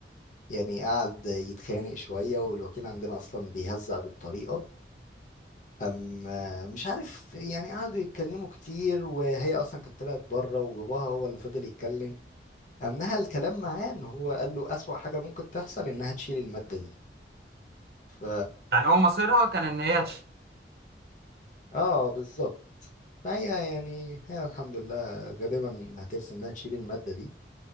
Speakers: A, on the left; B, on the right.
A: يعني قعد يتخانق شوية والوكيل عندنا اصلا بيهزق بالطريقة أم مش عارف يعني قعدوا يتكلموا كتير وهي أصلا كانت طلعت بره وباباها هو اللي فضل يتكلم أم نهى الكلام معاه إن هو قال له أسوأ حاجة ممكن تحصل إنها تشيل المادة دي ف
B: يعني هو مصيرها كان إن هي تشتغل
A: آه بالظبط فهي يعني هي الحمد لله غالبا هترسم إنها تشيل المادة دي